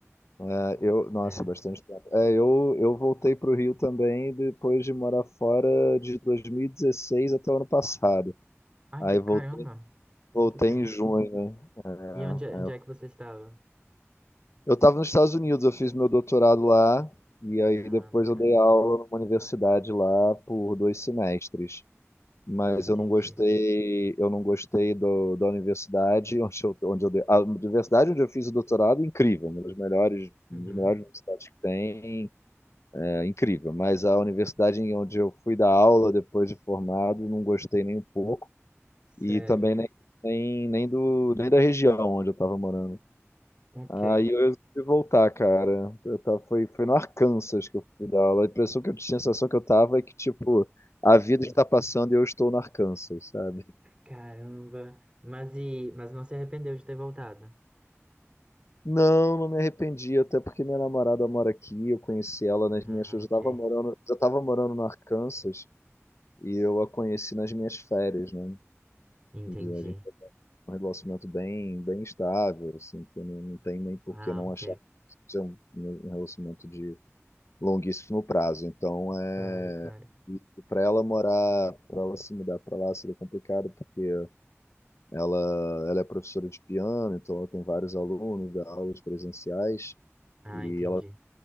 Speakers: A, on the left; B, on the right.
A: É, eu, nossa,
B: É.
A: bastante tempo. É, eu, eu voltei para o Rio também depois de morar fora de 2016 até o ano passado.
B: Ah,
A: Aí
B: que
A: voltei,
B: caramba! Muito
A: voltei
B: tempo.
A: em junho, né?
B: E onde, é-
A: É,
B: onde é que você estava?
A: Eu estava nos Estados Unidos, eu fiz meu doutorado lá, e aí
B: Ah,
A: depois
B: bacana.
A: eu dei aula numa universidade lá por dois semestres. Mas
B: Entendi.
A: eu não gostei, eu não gostei do, da universidade onde eu, onde eu dei, a universidade onde eu fiz o doutorado, é incrível, uma das melhores, uma
B: Uhum.
A: das melhores universidades que tem, é incrível. Mas a universidade em onde eu fui dar aula depois de formado, não gostei nem um pouco,
B: Sério.
A: e também nem, nem, nem do, nem da região onde eu estava morando.
B: Ok.
A: Aí eu resolvi voltar, cara. Eu tava, foi, foi no Arkansas que eu fui dar aula. A impressão que eu tinha, a sensação que eu tava é que, tipo, a vida está passando e eu estou no Arkansas, sabe?
B: Caramba. Mas e, mas não se arrependeu de ter voltado?
A: Não, não me arrependi, até porque minha namorada mora aqui, eu conheci ela nas
B: Ah,
A: minhas. Eu já
B: ok.
A: tava morando, já tava morando no Arkansas e eu a conheci nas minhas férias, né?
B: Entendi.
A: E a gente tem um relacionamento bem, bem estável, assim, que não, não tem nem por
B: Ah,
A: que não
B: ok.
A: achar que seja um um relacionamento de longuíssimo prazo. Então, é
B: Claro, claro.
A: para ela morar, para ela se mudar para lá seria complicado porque ela ela é professora de piano, então ela tem vários alunos, dá aulas presenciais.
B: Ah,
A: E
B: entendi.
A: ela,